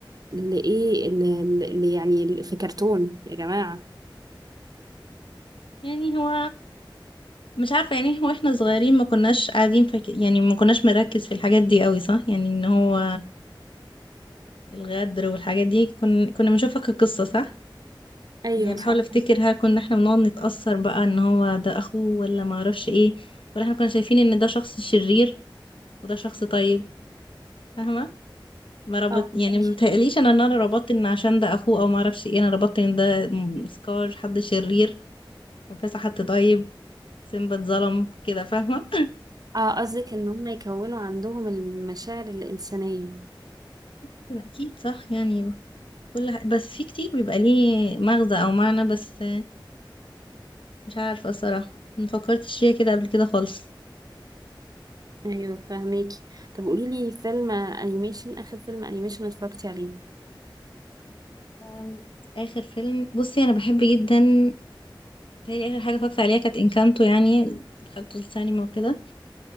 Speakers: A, on the right; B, on the left.
A: اللي ايه اللي اللي يعني في كرتون يا جماعة
B: يعني هو مش عارفة يعني هو احنا صغيرين ما كناش قاعدين فك... يعني ما كناش مركز في الحاجات دي قوي صح يعني ان هو الغدر والحاجات دي كن... كنا بنشوفها كقصة صح
A: ايوه
B: يعني بحاول
A: صح
B: افتكر هل كنا احنا بنقعد نتأثر بقى ان هو ده اخوه ولا ما اعرفش ايه ولا احنا كنا شايفين ان ده شخص شرير وده شخص طيب فاهمة ما ربط
A: اه
B: يعني
A: فهمك
B: ما بتهيأليش انا ان انا ربطت ان عشان ده اخوه او ما اعرفش ايه انا ربطت ان ده م- سكار حد شرير وفاسح حد طيب سيمبا اتظلم كده فاهمة
A: اه قصدك ان هم يكونوا عندهم المشاعر الإنسانية
B: <laughs> أكيد صح يعني كل ح... بس في كتير بيبقى ليه مغزى او معنى بس مش عارفه الصراحه ما فكرتش فيها كده قبل كده خالص
A: ايوه فهميكي طب قوليلي فيلم انيميشن اخر فيلم انيميشن اتفرجتي عليه
B: أم، اخر فيلم بصي انا بحب جدا هي اخر حاجه اتفرجت عليها كانت انكانتو يعني دخلته السينما وكده